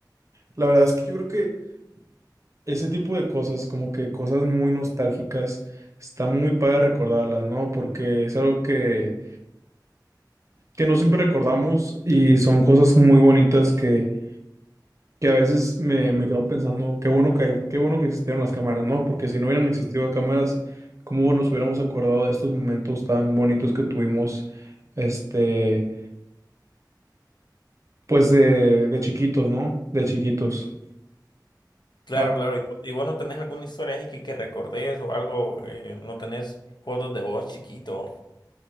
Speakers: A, on the right; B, on the left.
A: La verdad es que yo creo que ese tipo de cosas, como que cosas muy nostálgicas, está muy padre recordarlas, ¿no? Porque es algo que... que no siempre recordamos y son cosas muy bonitas que, que a veces me, me quedo pensando, qué bueno que hay- qué bueno que existieron las cámaras, ¿no? Porque si no hubieran existido cámaras, ¿cómo nos hubiéramos acordado de estos momentos tan bonitos que tuvimos, este, pues de, de chiquitos, ¿no? De chiquitos.
B: Claro,
A: Ah,
B: claro, y, vo- y vos no tenés alguna historia así que, que recordés o algo, eh, no tenés fotos de vos chiquito.